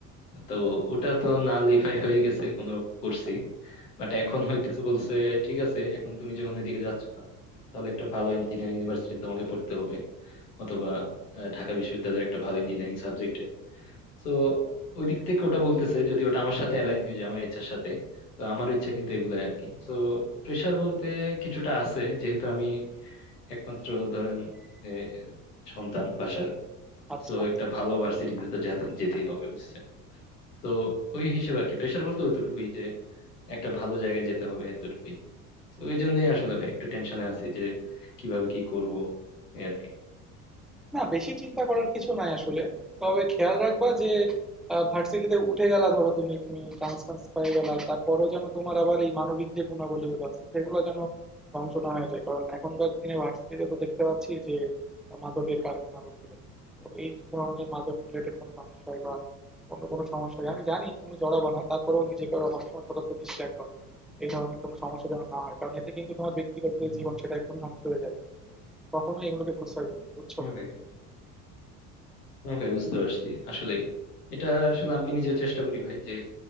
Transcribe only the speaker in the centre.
আচ্ছা
আচ্ছা
না বেশি চিন্তা করার কিছু নাই আসলে। তবে খেয়াল রাখবা যে আহ, ভার্সিটিতে উঠে গেলা ধরো তুমি তুমি চান্স টান্স পেয়ে গেলা তারপরেও যেন তোমার আবার এই মানবিক যে গুণাবলীগুলো আছে সেগুলো যেন ধ্বংস না হয়ে যায় কারণ এখনকার দিনে ভার্সিটিতে তো দেখতে পাচ্ছি যে মাদকের কারখানা হচ্ছে তো এই ধরনের মাদক রিলেটেড কোনো সমস্যায় বা অন্য কোনো সমস্যায় আমি জানি তুমি জড়াবা না তারপরেও নিজেকে আরো সবসময় সতর্ক দৃষ্টি রাখবা এই ধরনের কোনো সমস্যা যেন না হয় কারণ এতে কিন্তু তোমার ব্যক্তিগত
যে জীবন সেটা একদম ধ্বংস হয়ে যায় কখনোই এগুলোকে প্রশ্রয় দিবে না, বুঝছো